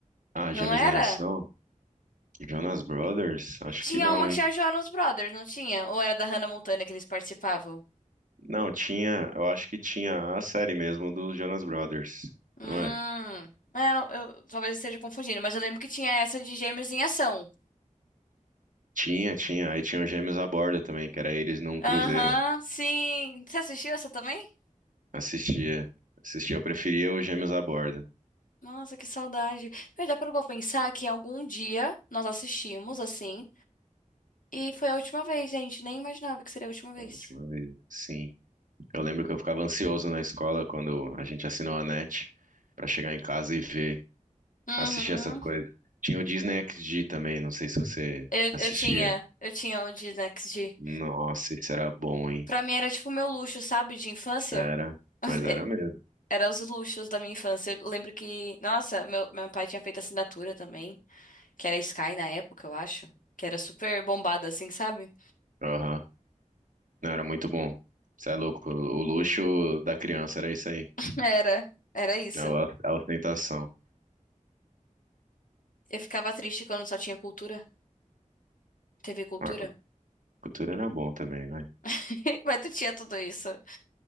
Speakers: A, on the right (about 75°); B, on the left (about 80°).
A: Ah,
B: Não
A: Gêmeos
B: era?
A: em Ação? Jonas Brothers? Acho
B: Tinha
A: que não,
B: uma que
A: hein?
B: tinha Jonas Brothers, não tinha? Ou era da Hannah Montana que eles participavam?
A: Não, tinha. Eu acho que tinha a série mesmo dos Jonas Brothers.
B: Hum.
A: Não é?
B: É, não- eu, talvez eu esteja confundindo, mas eu lembro que tinha essa de Gêmeos em Ação.
A: Tinha, tinha. Aí tinha os Gêmeos à Borda também, que era eles num
B: Aham,
A: cruzeiro.
B: sim. Você assistiu essa também?
A: Assistia. Assistia. Eu preferia os Gêmeos à Borda.
B: Nossa, que saudade. Mas dá pra pensar que em algum dia nós assistimos assim. E foi a última vez, gente. Nem imaginava que seria a última vez.
A: A última vez. Sim. Eu lembro que eu ficava ansioso na escola quando a gente assinou a NET pra chegar em casa e ver,
B: Uhum.
A: assistir essas coisas. Tinha o Disney XD também, não sei se você
B: Eu,
A: assistia.
B: eu tinha, eu tinha o de Next G.
A: Nossa, isso era bom, hein?
B: Pra mim era tipo o meu luxo, sabe, de infância.
A: Era,
B: <laughs>
A: mas era mesmo.
B: Era os luxos da minha infância. Eu lembro que, nossa, meu, meu pai tinha feito assinatura também, que era Sky na época, eu acho. Que era super bombada, assim, sabe?
A: Aham. Não, era muito bom. Você é louco. O luxo da criança era isso aí.
B: <laughs> Era, era isso.
A: A a ostentação.
B: Eu ficava triste quando só tinha cultura, TV Cultura.
A: Ah, A cu- cultura era bom também, vai.
B: <laughs> Mas tu tinha tudo isso.